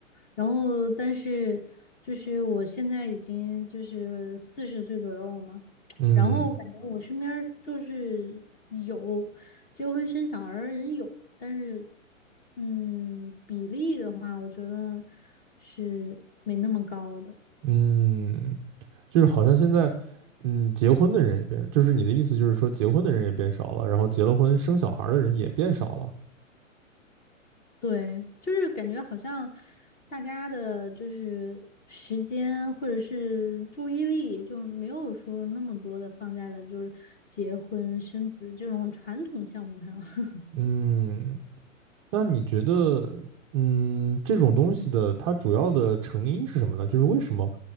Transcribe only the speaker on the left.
然后但是就是我现在已经就是四十岁左右嘛，
然后感觉我身边儿就是有结婚生小孩儿的人有，但是嗯，比例的话，我觉得是没那么高的。
对，就是感觉好像大家的就是时间或者是注意力，就没有说那么多的放在了就是结婚生子这种传统项目上。<laughs>